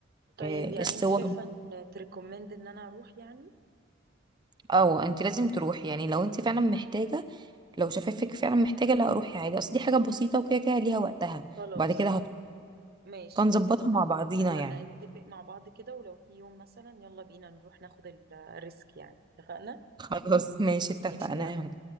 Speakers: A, on the right; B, on the right.
A: طيب
B: آه
A: يعني
B: الصور
A: انت شايفه ان تريكومند ان انا اروح يعني
B: اه انت لازم تروحي يعني لو انت فعلا محتاجه لو شفافك فعلا محتاجه لا روحي عادي اصل دي حاجه بسيطه وكده كده ليها وقتها
A: خلاص
B: وبعد كده
A: ماشي
B: فنظبطها
A: خلاص
B: مع بعضينا
A: اتفقنا
B: يعني
A: نتفق مع بعض كده ولو في يوم مثلا يلا بينا نروح ناخد ال- الريسك يعني اتفقنا
B: خلاص ماشي اتفقنا
A: ماشي يلا